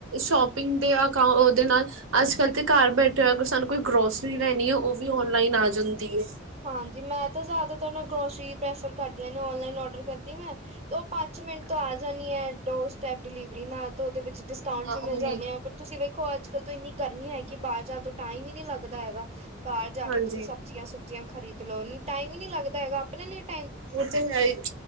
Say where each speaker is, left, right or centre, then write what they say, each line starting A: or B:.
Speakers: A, on the right (about 80°); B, on the right (about 30°).
A: ਸ਼ੋਪਿੰਗ ਦੇ ਅਕਾ ਉਹਦੇ ਨਾਲ। ਅੱਜ- ਕੱਲ੍ਹ ਤੇ ਘਰ ਬੈਠੇ ਹੋ ਅਰ ਸਾਨੂੰ ਕੋਈ ਗਰੋਸਰੀ ਲੈਣੀ ਆ, ਉਹ ਵੀ ਔਨਲਾਈਨ ਆ ਜਾਂਦੀ ਐ।
B: ਹਾਂਜੀ, ਮੈਂ ਤਾਂ ਜ਼ਿਆਦਾਤਰ ਨਾ ਗਰੋਸਰੀ ਪ੍ਰੈਫਰ ਕਰਦੀਆਂ ਨੇ ਔਨਲਾਈਨ ਔਡਰ ਕਰਦੀ ਅ ਮੈਂ। ਉਹ ਪੰਜ ਮਿੰਟ ਤੋਂ ਆ ਜਾਣੀ ਐ, ਡੋਰ ਸਟੈਪ ਡਿਲੀਵਰੀ ਨਾਲ ਤਾਂ ਉਹਦੇ ਵਿੱਚ ਡਿਸਕਾਊਂਟ
A: ਹਾਂ
B: ਵੀ ਮਿਲ
A: ਉਹੀ
B: ਜਾਂਦੇ ਆ ਪਰ। ਤੁਸੀਂ ਵੇਖੋ ਅੱਜ- ਕੱਲ੍ਹ ਤੋਂ ਇੰਨੀ ਗਰਮੀ ਹੈਗੀ, ਬਾਹਰ ਜਾਣ ਤੋਂ ਟਾਈਮ ਹੀ ਨਹੀਂ ਲੱਗਦਾ ਹੈਗਾ। ਬਾਹਰ ਜਾ
A: ਹਾਂਜੀ
B: ਕੇ ਤੁਸੀਂ ਸਬਜ਼ੀਆਂ- ਸੁਬਜ਼ੀਆਂ ਖਰੀਦ ਲੋ ਟਾਈਮ ਈ ਨੀ ਲੱਗਦਾ ਹੈਗਾ। ਆਪਣੇ ਲੇਟ।
A: ਉਹ ਤੇ ਹੈਈ